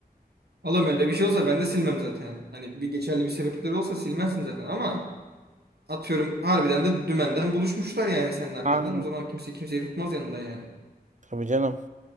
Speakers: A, on the right; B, on the right.
A: oğlum öyle bir şey olsa ben de silmem zaten. Hani bir geçerli bir sebepleri olsa silmezsin zaten ama Atıyorum harbiden de dümenden buluşmuşlar yani senin arkandan.
B: Aynen.
A: O zaman kimse kimseyi tutmaz yanında yani.
B: Tabii canım.